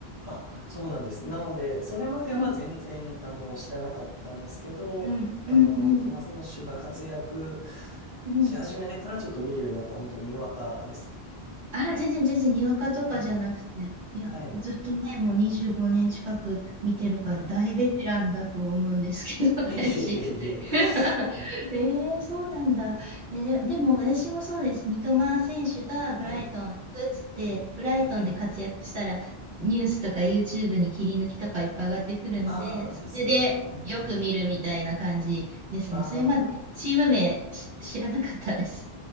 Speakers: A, on the left; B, on the right.
A: あ、そうなんです。なので、それまでは全然、
B: うん、
A: あの、知らなかったんですけど、
B: うん、
A: あの、
B: うん、うん、
A: 三笘選手が活躍
B: うん。
A: し始めてからちょっと見るようになった本当ににわかです。
B: ああ、全然全然、にわかとかじゃなくて、
A: ええ、
B: いや、
A: はい。
B: ずっとね、もう25年近く見てるから大ベテランだと思うんですけど、
A: ええ、
B: <laughs>
A: いえいえいえいえいえ
B: 私。<laughs>
A: うん
B: えー、そうなんだ。え、で、でも私もそうです。三笘選手がブライトン行くっつって、
A: はい。
B: ブライトンで活躍したら、
A: ええ、
B: ニュースとか YouTube に切り抜きとかいっぱい上がってくるんで、
A: ああ、
B: それでよく見るみたいな感じですね。
A: ですよね。うんうん。あ
B: それまでチーム名し知らなかったです。